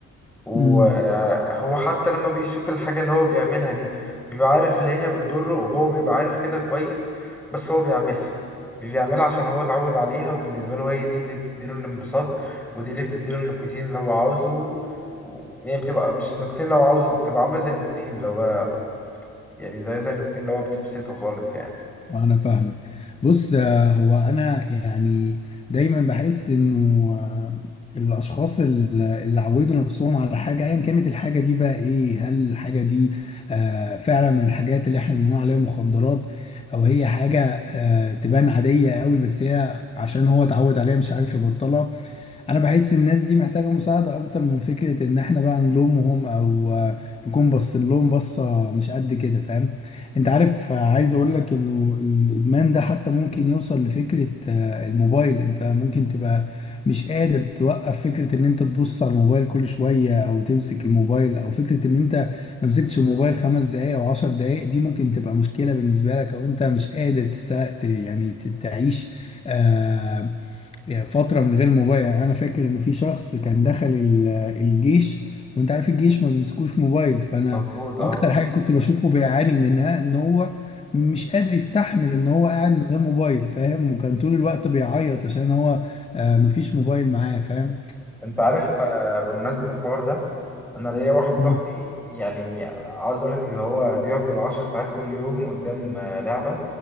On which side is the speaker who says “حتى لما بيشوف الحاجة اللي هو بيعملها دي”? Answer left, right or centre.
Centre